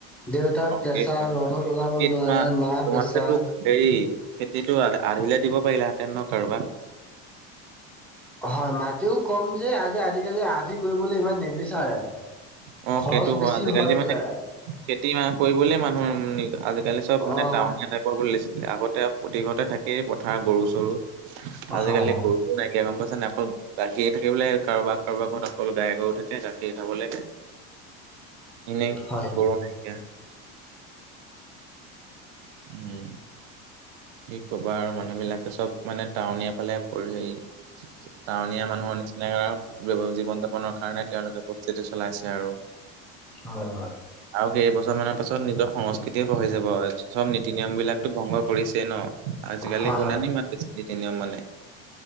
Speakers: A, in the centre; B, on the right.
A: দেউতাৰ
B: অ
A: প্ৰেচাৰ
B: সেইটোৱে
A: ৰ'দত ওলাব
B: কি
A: নোৱাৰে
B: তোমাৰ
A: মা
B: তোমালোকেতো
A: প্ৰেছাৰ
B: হেৰি খেতিটো আৰহিলে দিব পাৰিলহেতেন ন' কাৰোবাক।
A: হয় মাটিও কম যে আজি- আজিকালি আদি কৰিবলে ইমান নিবিচাৰে।
B: অ,
A: খৰচ
B: সেইটো হয়
A: বেছি
B: আজি কালি
A: বোলে
B: মানে খেতি মানে কৰিবলে মানুহ আজিকালি চব মানে
A: অ
B: টাৱনীয়া টাইপ খুৱাবলে লৈছিলে আগতে প্ৰতি ঘৰতে থাকেই পথাৰ গৰু- চৰু আজিকালি
A: হয়
B: গৰু <unintelligible> নাইকিয়া গম পাইছাঁ নাই অকল গাখীৰ থাকিবলে কাৰোবাক- কাৰোবাক ঘৰত অকল গাই গৰু থাকে গাখীৰ খাবলে গে। এনে
A: হয় হয়
B: গৰু নাই কিয়া <unintelligible> উম, কি ক'বা আৰু মানুহ বিলাকে চব মানে টাউনীয়াফালে পৰি হেৰী টাৱনীয়া মানুহৰ নিচিনাকে আও জীৱন-যাপনৰ কাৰণে তেওঁলোকে স্থিতি চলাইছে আৰু।
A: হয় হয়
B: আৰু কেইবছৰ মানৰ পাছত নিজৰ সংস্কৃতিয়ে পাহৰি যাব <unintelligible> চব নীতি-নিয়ম বিলাকতো ভংগ কৰিছেই ন' আজিকালি
A: হয় হয়
B: কোনোনো ইমান বেছি নীতি নিয়ম মানে।